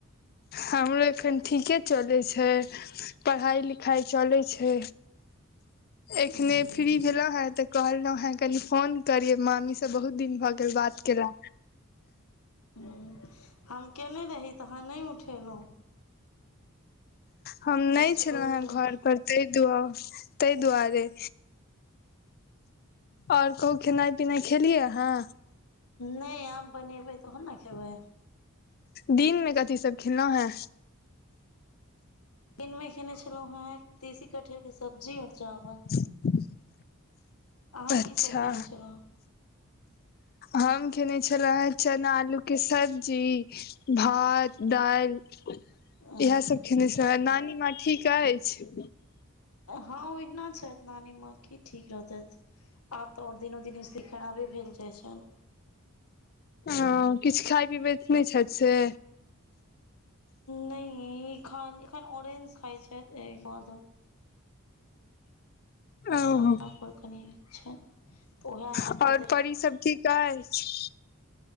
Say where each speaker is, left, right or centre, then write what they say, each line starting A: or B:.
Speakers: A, on the left; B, on the left.
A: हमरो एखन ठीके चलै छै पढ़ाइ लिखाइ चलै छै एखने
B: हूँ,
A: फ्री भेलहु हेँ तऽ कहलहु हेँ कनि फोन करिय मामी सब से बहुत दिन भऽ गेल बात केला
B: ह्म हम केने रही तऽ अहाँ नहि उठेलहुँ
A: हम नहि
B: तऽ छोड़ि
A: छलहुँ हे
B: देलहुँ
A: घर पर त्ये ताहि दुआरे ओर कहूँ खेनाइ पिनाइ खेलियै अहाँ
B: ने आब बनेबै तहन ने खेबै
A: दिन में कथी सब खेलो है
B: दिनमे खेने छलहुँ हेँ तीसी कठहरके सब्जी आओर चावल
A: <inaudible>
B: अहाँ
A: अच्छा
B: की सब खेने छलहुँ
A: हम खेने छलहु हे चना आलू के सब्जी भात दाल
B: हँ
A: इहे सब खेने छी त नानी माँ ठीक अछि
B: हाँ ओहिना छैथ नानी माँ की ठीक रहतै आब तऽ आओर दिनो दिनसे खराबे भेल जाइ छनि
A: ह किछु खाय पीबैत नहि छै से
B: नहि खाल एखन ऑरेंज खाय छै ए ब
A: ओ
B: शानतापुर कनि छै तऽ उएह आनि
A: आओर
B: आनिकऽ
A: परी सब ठीक अछि